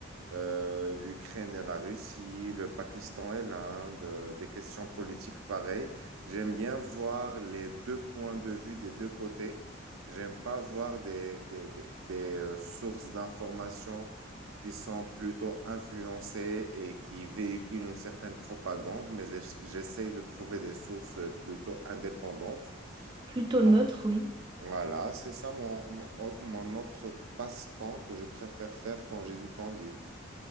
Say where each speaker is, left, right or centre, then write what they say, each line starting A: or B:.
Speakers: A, on the right; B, on the right.
A: euh, l'Ukraine et la Russie, le Pakistan et l'Inde, euh, des questions politiques pareilles. J'aime bien voir les deux points de vue des deux côtés. J'aime pas voir des, des, des, des, euh, sources d'informations qui sont plutôt influencées et qui véhiculent une certaine propagande, mais j'ess- j'essaye de trouver des sources plutôt indépendantes.
B: Plutôt
A: Bon,
B: neutre, oui.
A: Voilà, c'est ça mon, mon, mon autre passe-temps que je préfère faire quand j'ai du temps libre.